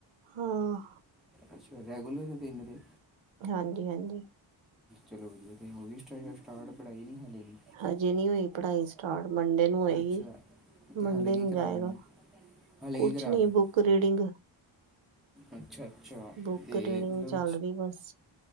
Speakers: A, on the right (about 70°); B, in the centre.
A: ਹਾਂ
B: ਅੱਛਾ ਰੈਗੂਲਰ ਤਿੰਨ ਦਿਨ,
A: ਹਾਂਜੀ, ਹਾਂਜੀ।
B: ਚਲੋ ਜੀ ਤੇ ਹੋ ਗੀ ਸਟ ਸਟਾਰਟ ਪੜ੍ਹਾਈ ਨੀ ਹਾਲੇ ਨੀ।
A: ਹਜੇ ਨੀ ਹੋਈ ਪੜ੍ਹਾਈ। ਸਟਾਰਟ ਮੰਡੇ ਨੂੰ ਹੋਏਗੀ
B: ਅੱਛਾ ਤੇ
A: ਮੰਡੇ
B: ਹਾਲੇ ਕੀ
A: ਨੂੰ
B: ਕਰਾ
A: ਜਾਏਗਾ
B: ਰਹੇ ਨੇ ਹਾਲੇ
A: ਕੁਛ
B: ਕੀ ਕਰਾ
A: ਨੀ
B: ਰਹੇ ਹੋ?
A: ਬੁ ਕੁਰੀਡੀਗ
B: ਅੱਛਾ ਅੱਛਾ,
A: ਬੁੱਕ
B: ਤੇ
A: ਰੀਡਿੰਗ
B: ਮਤਲਬ
A: ਚੱਲ ਰਹੀ ਬਸ।